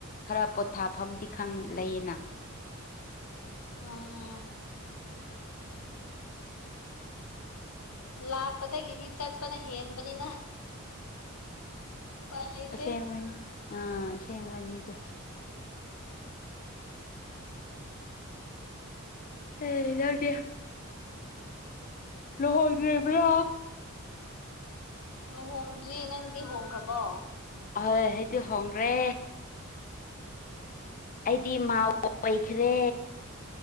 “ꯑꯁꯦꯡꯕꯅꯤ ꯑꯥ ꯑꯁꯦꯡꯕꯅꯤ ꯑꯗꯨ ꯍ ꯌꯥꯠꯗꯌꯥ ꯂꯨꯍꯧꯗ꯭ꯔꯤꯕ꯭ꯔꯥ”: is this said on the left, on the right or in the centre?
Left